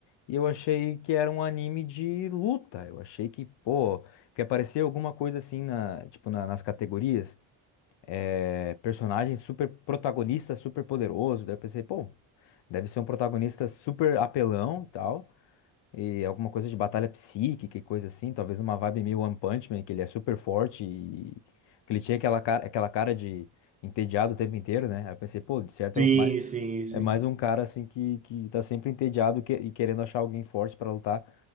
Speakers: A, on the left; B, on the right.
A: e eu achei que era um anime de luta. Eu achei que, pô, que aparecia alguma coisa assim na, tipo, na- nas categorias, é, personagem super protagonista, super poderoso. Daí eu pensei, pô, deve ser um protagonista super apelão e tal e alguma coisa de batalha psíquica e coisa assim, talvez uma vibe meio One Punch Man, que ele é super forte e que ele tinha aquela cara, aquela cara de entediado o tempo inteiro, né? Aí eu pensei, pô, de certo,
B: Sim,
A: é mais,
B: sim, sim.
A: é mais um cara assim que, que tá sempre entediado que- e querendo achar alguém forte pra lutar.